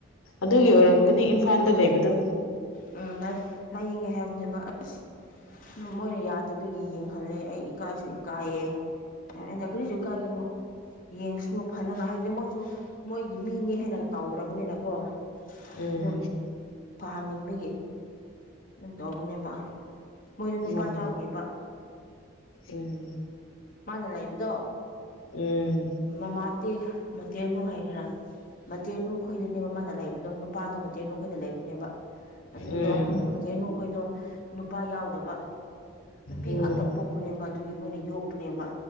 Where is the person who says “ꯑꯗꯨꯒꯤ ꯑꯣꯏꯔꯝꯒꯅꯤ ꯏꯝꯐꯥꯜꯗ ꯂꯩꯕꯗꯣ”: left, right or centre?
Left